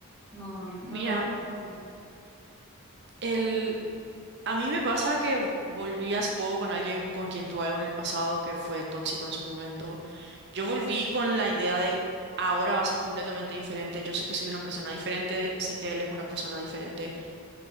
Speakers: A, in the centre; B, on the right.
A: no, no
B: Mira,
A: logra estar bien.
B: el, a mí me pasa que v- volví hace poco con alguien con quien tuve algo en el pasado que fue tóxico en su momento. Yo volví con la idea de ahora va a ser completamente diferente. Yo sé que soy una persona diferente, sé que él es una persona diferente.